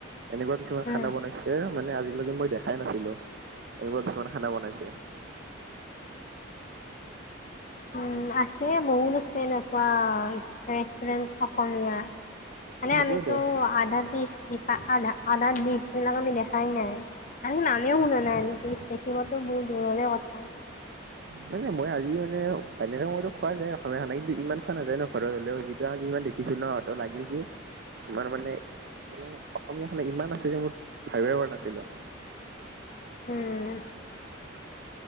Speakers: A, on the right (about 55°); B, on the left (about 40°).
A: এনেকুৱা কিছুমান
B: উম
A: খানা বনাইছে মানে আজি এনেকে মই দেখাই নাছিলো এনেকুৱা কিছুমান খানা বনাইছে।
B: উম আছে <unintelligible> আছে ন ৱাঃ ৰেষ্টুৰেন্ট অসমীয়া মানে
A: সেইটোয়েতো
B: আমিতো আধা ডিচ <unintelligible> আধা আধা দিছ সেইবিলাক আমি দেখাই নাই আমি নামে শুনা নাই আমি দিছ দেখিবো বহু দূৰৰে কথা।
A: মানে মই আজি মানে এনেক মইতো খোৱা নাই অসমীয়া খানা কিন্তু ইমান খোৱা নাযায় ন ঘৰত হলেও যিটো আজি ইমান দেখিছো ন লাগিল কি তোমাৰ মানে মানে অসমীয়া খানা ইমান আছে যে মোৰ ভাবিব পৰা নাছিলো।
B: উম